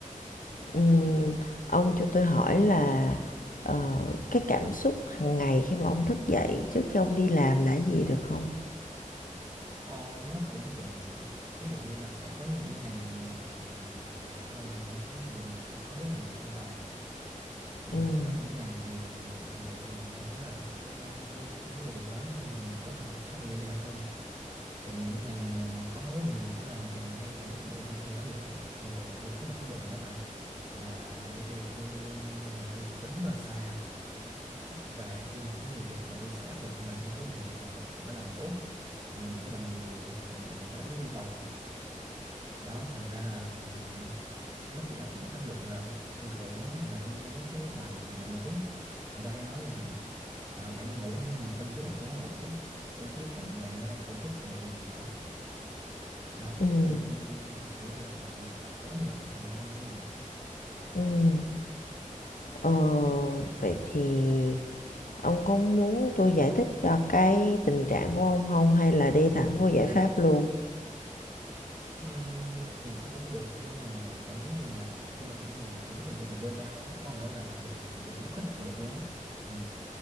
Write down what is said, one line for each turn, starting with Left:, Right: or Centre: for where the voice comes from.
Left: ừm, ông cho tôi hỏi là, ờ, cái cảm xúc hàng ngày khi mà ông thức dậy trước khi ông đi làm là cái gì được không?
Right: Ờ, nó cũng tùy ví dụ như là sẽ có những ngày mà dậy xong mình cảm thấy là mình có rất nhiều việc phải làm nhưng
Left: Ừm,
Right: mà sẽ có những ngày thì dậy thì mình cảm thấy là ok hôm nay không có nhiều việc lắm nên là mình có thể có thời gian cho bản thân thì những ngày mà có rất nhiều việc phải làm thì ngay cả lúc ngủ mình cũng bị áp lực nữa. thường thường là tôi có một cái bệnh đó bà là bởi vì tôi luôn luôn là tôi tính rất là xa và khi mà có nhiều việc là tôi sẽ áp lực lên bản thân rất là nhiều mình còn phải làm tốt và mình còn phải làm nhiều và mình còn phải đáp ứng yêu cầu đó thành ra là ừm, nó bị áp áp lực là thường thường á, là tôi nghe mấy cái bài truyền động lực á người ta hay nói là à, bạn đi ngủ nhưng mà tâm trí bạn không có ngủ tâm trí vẫn bạn vẫn đang thổn thức về một điều gì đó đó
Left: ừm,
Right: thì tôi ừm, kiểu như là tình trạng là tôi đặt quá nhiều áp lực lên bản thân của mình
Left: ừm, ờ, vậy thì ông có muốn tôi giải thích cho cái tình trạng của ông không hay là đi thẳng vô giải pháp luôn?
Right: Ừm, thì sao cũng được nhưng mà tôi cảm giác như là tôi là kiểu người mà rất là dễ bị burn out á có nghĩa là bị bị mất hết động lực luôn á ừ.